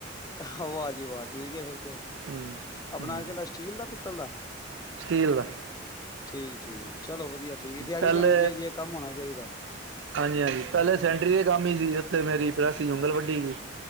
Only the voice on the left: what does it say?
ਆਹ ਵਾਹਜੀ ਵਵਾਾਹ ਠੀਕ ਆ ਫੇਰ ਤੇ
ਆਪਣਾ
ਕਿਹਿੰਾ ਸਟੀਲ ਦਾ <unintelligible>
ਠੀਕ ਠੀਕ ਚਲੋ ਵਧੀਆ ਠੀਕ ਦਿਹਾੜੀ
ਪੈਣੀ ਚਾਹੀਦੀ ਹੈ ਕੰਮ ਹੋਣਾ ਚਾਹੀਦਾ